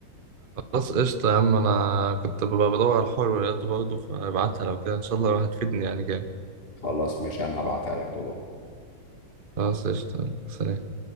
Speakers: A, on the right; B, on the left.
A: خلاص قشطة يا عم أنا كنت ببقى بدور على الحر ولقيته برضه فبعتها لو كده إن شاء الله هتفيدني يعني جامد
B: خلاص ماشي انا هبعتها لك دلوقتي
A: خلاص قشطة سلام